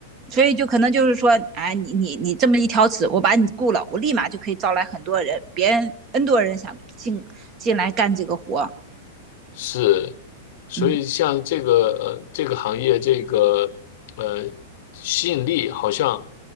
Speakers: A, on the right; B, on the left.
A: 所以就可能就是说，哎，你你你这么一挑刺，我把你雇了，我立马就可以招来很多人，别人 N 多人想进进来干这个活，
B: 是，所以像这个呃这个行业这个呃
A: 嗯
B: 吸引力好像